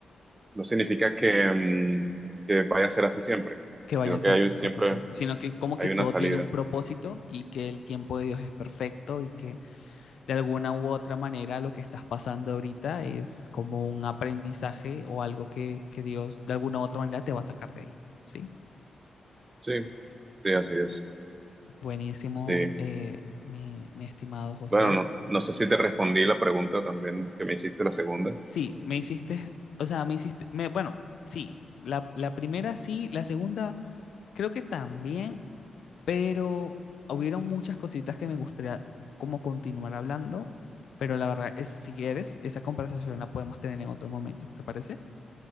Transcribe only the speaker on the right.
no significa que, mm, que vaya a ser así siempre,
sino
que hay
siempre
hay
una salida.
Sí, sí, así es.
Sí.
Bueno, no, no sé si te respondí la pregunta también que me hiciste, la segunda.